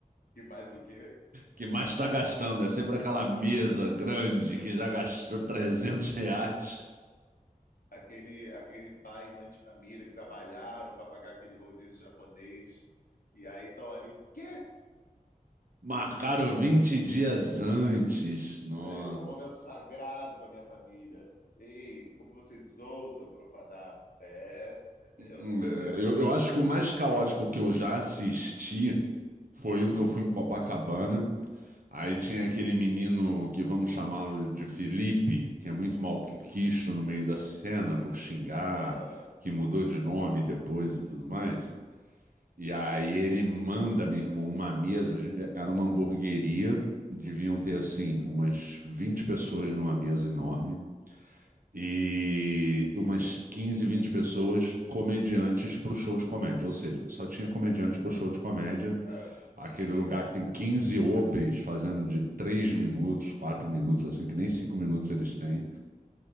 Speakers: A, on the left (about 80°); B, on the right (about 75°).
A: E mais o que?
B: Que mais está gastando, é sempre aquela mesa grande que já gastou 300 reais.
A: Aquele, aquele pai e mãe de família que trabalharam para pagar aquele rodízio japonês. E aí estão ali, o quê?
B: Marcaram 20 dias antes. Nossa.
A: É, Esse é um momento sagrado para minha família. Ei, como vocês ousam profanar? É, é
B: Hum,
A: tenso,
B: é,
A: é tenso,
B: Eu,
A: é bem
B: eu acho
A: tenso.
B: que o mais caótico que eu já assisti foi um que eu fui em Copacabana Aí tinha aquele menino que vamos chamá-lo de Felipe, que é muito malquisto no meio da cena por xingar,
A: Ah,
B: que mudou de nome depois e tudo mais. E aí ele manda, meu irmão, uma mesa. a gente- Era uma hamburgueria, deviam ter assim umas 20 pessoas numa mesa enorme e umas 15, 20 pessoas comediantes pro show de comédia. Ou seja, só tinha comediante
A: caramba.
B: pro show de comédia
A: Ah,
B: Aquele lugar que tem 15 opens fazendo de 3 minutos, 4 minutos, assim, que nem 5 minutos eles têm.